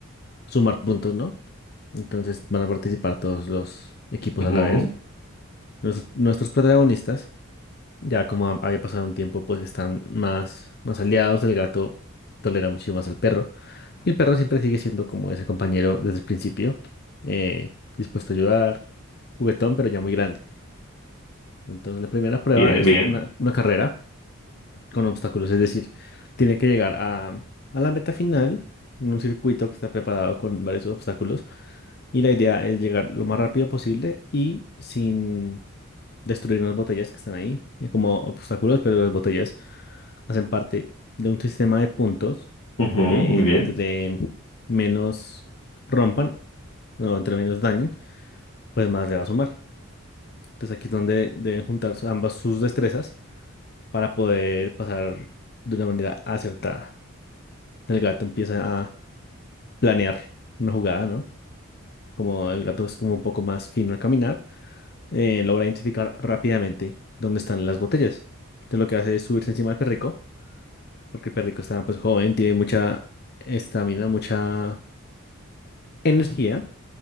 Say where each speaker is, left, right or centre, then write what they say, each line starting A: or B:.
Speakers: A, on the left; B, on the left.
A: sumar puntos, ¿no? Entonces van a participar todos los equipos
B: Ujú,
A: a la vez. Nuestros, nuestros protagonistas, ya como ha- había pasado un tiempo, pues están más, más aliados. El gato tolera mucho más al perro. Y el perro siempre sigue siendo como ese compañero desde el principio, eh, dispuesto a ayudar, juguetón, pero ya muy grande. Entonces, la primera prueba
B: Bien,
A: es
B: bien.
A: una, una carrera con obstáculos, es decir, tiene que llegar a, a la meta final en un circuito que está preparado con varios obstáculos y la idea es llegar lo más rápido posible y sin destruir unas botellas que están ahí eh, como obstáculos, pero las botellas hacen parte de un sistema de puntos
B: ujú,
A: que
B: muy
A: entre
B: bien.
A: menos rompan o entre menos dañen, pues más le va a sumar. Entonces aquí es donde deben juntar su- ambas sus destrezas para poder pasar de una manera acertada. El gato empieza a planear una jugada, ¿no? Como el gato es como un poco más fino al caminar, eh, logra identificar rápidamente dónde están las botellas. Entonces lo que hace es subirse encima del perrico, porque el perrico está pues joven, tiene mucha estamina, mucha energía. Entonces